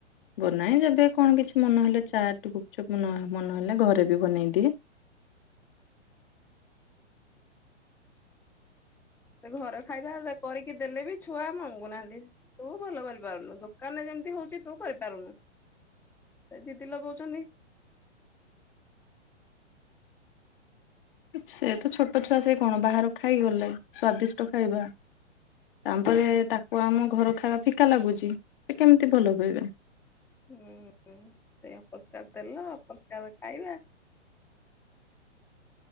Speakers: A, on the left (about 50°); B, in the centre.
A: ବନାଏ ଯେବେ କଣ କିଛି ମନହେଲେ ଚାଟ ଗୁପଚୁପ୍ ମନ ମନହେଲେ ଘରେ ବି ବନେଇଦିଏ।
B: ସେ ଘର ଖାଇବା କରିକି ଦେଲେ ବି ଛୁଆ ମଙ୍ଗୁନାହାନ୍ତି। ତୁ ଭଲ କରିପାରୁନୁ ଦୋକାନରେ ଯେମିତି ହୋଉଚି ତୁ କରିପାରୁନୁ। ଏ ଜିଦି ଲଗଉଚନ୍ତି।
A: ସେ ତ ଛୋଟ ଛୁଆ ସେ କଣ ବାହାରୁ ଖାଇଗଲେ ସ୍ଵାଦିଷ୍ଟ ଖାଇବା। ତାପରେ ତାକୁ ଆମ ଘର ଖାଇବା ଫିକା ଲାଗୁଚି ସେ କେମିତି ଭଲ କହିବେ।
B: ଉଁ ହୁଁ ସେଇ ଅପରିଷ୍କାର ତେଲ ଅପରିଷ୍କାର ଖାଇବା